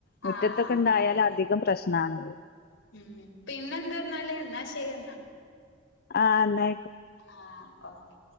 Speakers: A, on the left (about 50°); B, on the left (about 80°).
A: മുറ്റത്തൊക്കെ
B: ആഹ്
A: ഒണ്ടായാല്
B: അതെ
A: അധികം പ്രശ്നാണ്
B: ഉം പിന്നെ എന്തെന്നാല് എന്നാ ശെരി എന്നാ
A: ആ ന്നാ
B: ആ ഓക്കെ